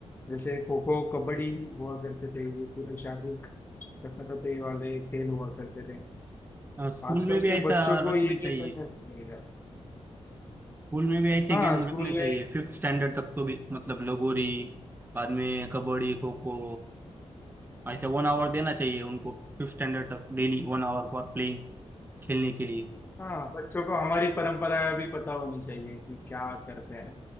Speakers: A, on the left; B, on the right.
A: जैसे खो खो कबड्डी हुआ करते थे ये पूरे शारीरिक कसरतें वाले खेल हुआ करते थे
B: हाँ, स्कूल
A: आजकल
B: में भी ऐसा
A: के बच्चों को
B: रखना
A: ये
B: चाहिए
A: नहीं खेला
B: स्कूल में भी ऐसे
A: हाँ
B: गेम
A: स्कूल
B: रखने
A: ने
B: चाहिए फिफ्थ स्टैंडर्ड तक तो भी मतलब लगोरी बाद में कबड्डी खो खो ऐसे वन आवर देना चाहिए उनको फिफ्थ स्टैंडर्ड तक डेली वन आवर फॉर प्लेइंग खेलने के लिए
A: हाँ बच्चों को हमारी परंपराएं भी पता होनी चाहिए कि क्या करते हैं